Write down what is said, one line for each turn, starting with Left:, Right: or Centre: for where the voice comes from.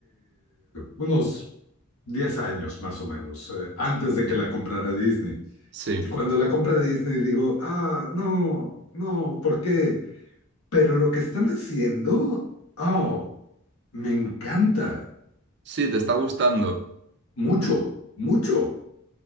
Left: unos 10 años más o menos, eh, antes de
Right: Sí,
Left: que la comprara Disney.
Right: sí,
Left: Y cuando la compra Disney digo, ah, no, no, ¿por qué? Pero lo que están haciendo, oh, me encanta,
Right: sí, te está gustando.
Left: mucho, mucho,